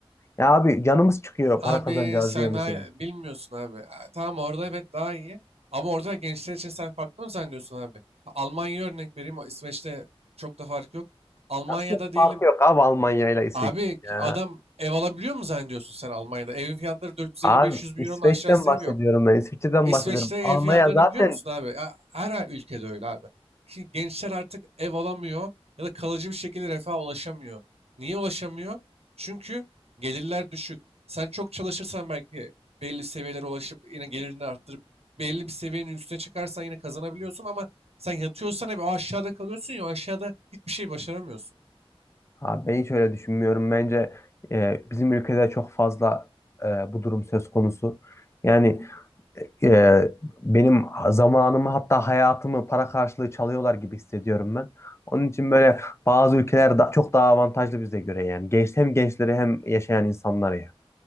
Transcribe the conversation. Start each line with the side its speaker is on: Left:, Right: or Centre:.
Left: Ya abi canımız çıkıyor
Right: Abi
Left: para kazanacağız
Right: sen
Left: diye mesela.
Right: hay- bilmiyorsun abi. Ha, Tamam orada evet daha iyi. Ama orada gençler için sen farklı mı zannediyorsun abi? Ha, Almanya'ya örnek vereyim. o İsveç'te çok da fark yok. Almanya'da
Left: Nasıl farkı
Right: diyelim.
Left: yok abi Almanya ile İsveç
Right: Abi
Left: ya.
Right: ki adam ev alabiliyor mu zannediyorsun sen Almanya'da? Evin fiyatları 450-500
Left: Abi
Right: bin
Left: İsveç'ten
Right: euronun aşağısı
Left: bahsediyorum
Right: ev yok.
Left: ben. İsviçre'den
Right: İsveç'te
Left: bahsediyorum.
Right: ev
Left: Almanya
Right: fiyatlarını
Left: zaten
Right: biliyor musun abi? Ya Her ülkede öyle abi. Ki gençler artık ev alamıyor ya da kalıcı bir şekilde refaha ulaşamıyor. Niye ulaşamıyor? Çünkü gelirler düşük. Sen çok çalışırsan belki belli seviyelere ulaşıp yine gelirini arttırıp belli bir seviyenin üstüne çıkarsan yine kazanabiliyorsun ama sen yatıyorsan hep o aşağıda kalıyorsun ya o aşağıda hiçbir şey başaramıyorsun.
Left: Abi ben hiç öyle düşünmüyorum. Bence e, bizim ülkede çok fazla e, bu durum söz konusu. Yani e, benim zamanımı hatta hayatımı para karşılığı çalıyorlar gibi hissediyorum ben. Onun için böyle bazı ülkeler da, çok daha avantajlı bize göre yani. Genç, hem gençleri hem yaşayan insanları ya.